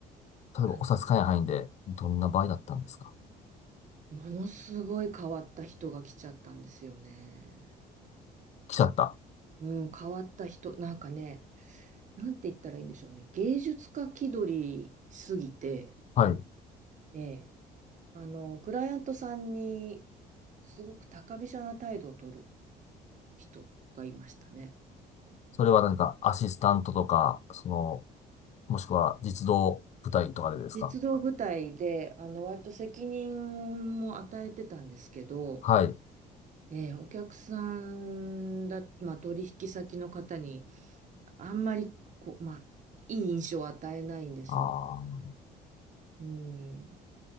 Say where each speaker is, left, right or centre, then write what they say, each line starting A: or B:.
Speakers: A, on the left; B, on the right.
A: 例えばお差し支えない範囲で、
B: あの、
A: どんな場合だったんですか
B: ものすごい変わった人が来ちゃったんですよね。
A: 来ちゃった。
B: うん、変わった人、なんかね、なんて言ったらいいんでしょうね。芸術家気取りすぎて、
A: はい。
B: ええあの、クライアントさんにすごく高飛車な態度を取る人がいましたね。
A: それは何かアシスタントとか、その、もしくは実動部隊とかでですか
B: 実動部隊で、あの、割と責任も与えてたんですけど、
A: はい。
B: えーお客さんだ、まあ、取引先の方にあんまりこう、まあ、いい印象を与えないんですよね。
A: ああ。
B: うん、